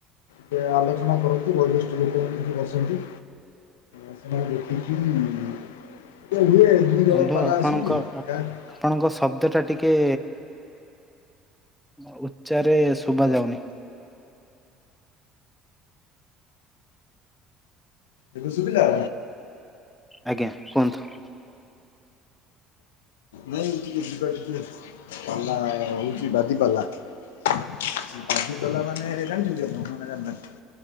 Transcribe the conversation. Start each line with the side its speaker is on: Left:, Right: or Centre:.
Left: ଟିକେ ଆଲୋଚନା କରନ୍ତି ବୟୋଜ୍ୟଷ୍ଠ ଲୋକମାନେ <unintelligible> ବସନ୍ତି। ଏ ସେମାନେ ଦେଖିକି ଏ ହୁଏ ଦୁଇ ଜଣ
Centre: ବନ୍ଧୁ
Left: ପାଲା
Centre: ଆପଣଙ୍କ
Left: ଆସନ୍ତି ଗାଁକୁ
Centre: ଆପଣଙ୍କ ଶବ୍ଦଟା ଟିକେ ନା ଉଚ୍ଚାରେ ଶୁଭା ଯାଉନି।
Left: ଦେଖ ଶୁବିଲା?
Centre: ଆଜ୍ଞା କୁହନ୍ତୁ।
Left: ନାଇଁ ଟିକେ ଯିବା <unintelligible> ପାଲା ହୋଉଚି ବାଦି ପାଲା। ବାଦି ପାଲା ମାନେ ଜାଣିଚନ୍ତି ଆପଣ ନା ନା ଜାଣିନାହାନ୍ତି?